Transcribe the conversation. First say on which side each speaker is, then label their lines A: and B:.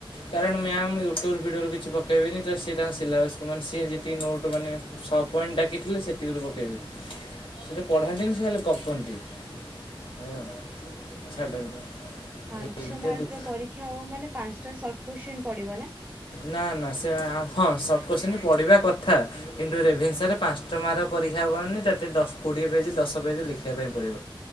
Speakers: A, on the left; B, on the right.
A: କାରଣ ମ୍ୟାମ୍ ୟୁଟ୍ୟୁବ ଭିଡିଓରୁ କିଛି ପକେଇବେନି ସେ ତାଙ୍କ ସିଲାବସ୍ ମାନେ ଯିଏ ଯେତିକି ନୋଟ୍ ମାନେ ଶ ପଏଣ୍ଟ୍ ଡାକିଥିଲେ ସେତିକିରୁ ପକେଇବେ। ସେତ ପଢାନ୍ତିନି ସେ ଖାଲି ଗପନ୍ତି। <unintelligible>
B: ପାଞ୍ଚ
A: ଏମିତିଆ
B: ମାର୍କର
A: ଦୁଃଖ
B: ପରୀକ୍ଷା ହବ ମାନେ ପାଞ୍ଚଟା ସର୍ଟ କୋଶ୍ଚିନ୍ ପଡିବ ନା।
A: ନା ନା ସେ ହଁ ସଟ କୋଶ୍ଚିନ୍ ପଡିବା କଥା କିନ୍ତୁ ରେଭେନ୍ସରେ ପାଞ୍ଚଟା ମାର ପରୀକ୍ଷା ହେବନି। ତତେ ଦଶ କୋଡ଼ିଏ ପେଜ ଦଶ ପେଜ ଲେଖିବା ପାଇଁ ପଡ଼ିବ।